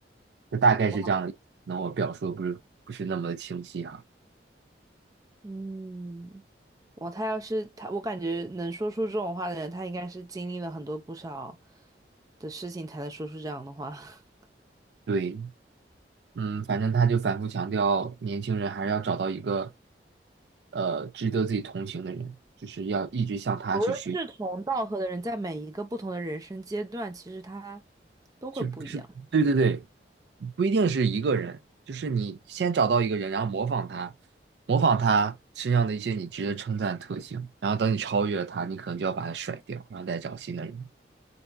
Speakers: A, on the right; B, on the right.
A: 就大概是这样的。
B: 哇，
A: 那我表述的不是不是那么的清晰哈、
B: 嗯，哇，他要是他，我感觉能说出这种话的人，他应该是经历了很多不少的事情才能说出这样的话。<laughs>
A: 对，嗯，反正他就反复强调，年轻人还是要找到一个，呃，值得自己同情的人，就是要一直向他去学，
B: 所谓志同道合的人，在每一个不同的人生阶段，其实他都会不一样。
A: 是是，对对对，不一定是一个人，就是你先找到一个人，然后模仿他，模仿他身上的一些你值得称赞的特性，然后等你超越了他，你可能就要把他甩掉，然后再找新的人，